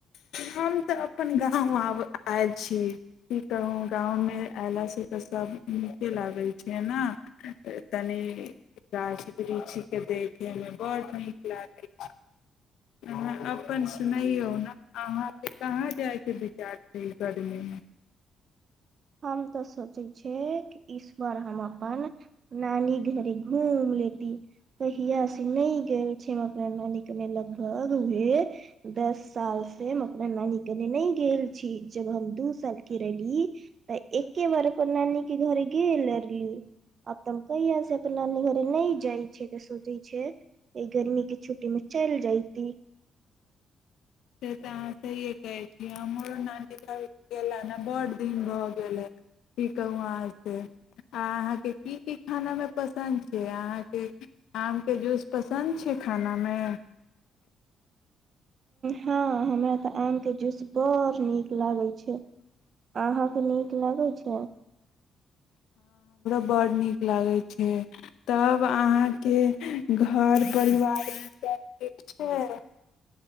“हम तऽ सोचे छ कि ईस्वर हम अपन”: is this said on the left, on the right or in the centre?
Right